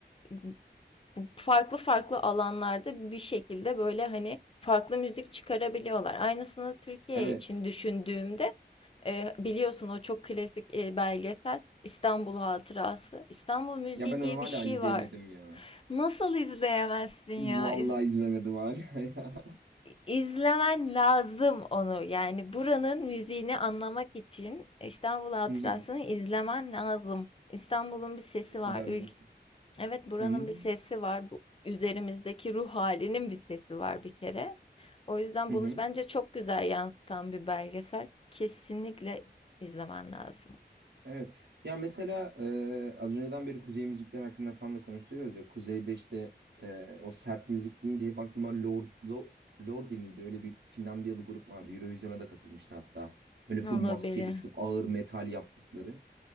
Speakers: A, on the left; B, on the right.
A: bu farklı farklı alanlarda bir şekilde böyle hani farklı müzik çıkarabiliyorlar aynısını Türkiye
B: Evet.
A: için düşündüğümde e, biliyorsun o çok klasik e, belgesel İstanbul Hatırası İstanbul müziği
B: Ya ben onu
A: diye
B: hala
A: bir şey
B: izleyemedim
A: var.
B: ya.
A: Nasıl izleyemezsin ya?
B: Vallahi izlemedim hala ya.
A: İzlemen lazım onu. Yani buranın müziğini anlamak için İstanbul Hatırası'nı
B: <laughs> Hı hı.
A: izlemen lazım. İstanbul'un bir sesi
B: O kadar
A: var. Ülk.
B: diyorsun.
A: Evet buranın
B: Hı hı.
A: bir sesi var. Bu üzerimizdeki ruh halinin bir sesi var bir kere. O yüzden
B: Hı
A: bunu
B: hı.
A: bence çok güzel yansıtan bir belgesel. Kesinlikle izlemen lazım.
B: Evet. Ya mesela e, az önceden beri kuzey müzikleri hakkında falan da konuşuyoruz ya. Kuzeyde işte e, o sert müzik deyince hep aklıma Lord, Lo- Lordi miydi? Öyle bir Finlandiyalı grup vardı. Eurovision'a da katılmıştı hatta. Böyle
A: Olabilir.
B: full maskeli, çok ağır metal yaptıkları.